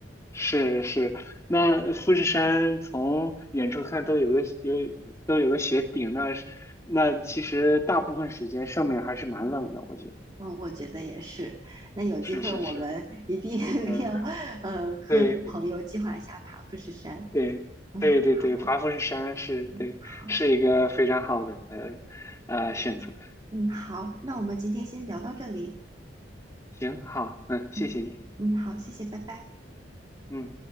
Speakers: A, on the left (about 15°); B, on the right (about 25°).
A: 是是，那富士山从远处看都有个有都有个雪顶，那是那其实大部分时间上面还是蛮冷的，我觉得
B: 嗯，我觉得也是。那有机会我们一定
A: 是是是，
B: <laughs>
A: 嗯，
B: 要，呃，跟朋友计划一下爬富士山。
A: 对对对对对，
B: 嗯，好的，
A: 爬富士山是对是一个非常好的
B: 嗯，好，
A: 呃选择，
B: 嗯，好，那我们今天先聊到这里。
A: 嗯，行好，嗯，谢谢你，
B: 嗯，嗯，好，谢谢，拜拜。
A: 嗯。